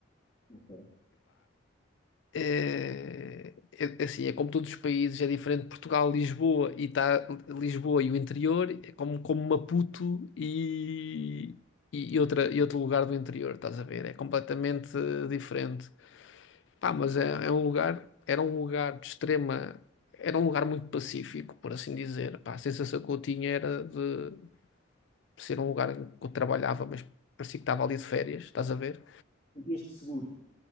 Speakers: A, on the left; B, on the left.
A: ok.
B: Eh, É, é- assim, é como todos os países, é diferente. Portugal, Lisboa e tá, Lisboa e o interior, é como, como Maputo e, e, outra, e outro lugar do interior, estás a ver? É completamente eh, diferente. Pá, mas é, é um lugar, era um lugar de extrema, era um lugar muito pacífico, por assim dizer. Pá, a sensação que eu tinha era de ser um lugar em que eu trabalhava, mas parecia que estava ali de férias, estás a ver?
A: Sentias-te seguro.